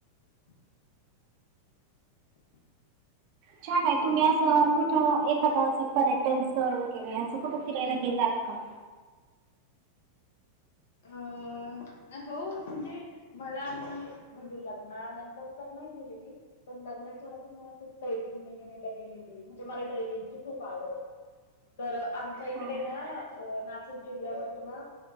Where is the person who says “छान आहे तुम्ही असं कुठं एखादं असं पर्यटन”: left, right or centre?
Right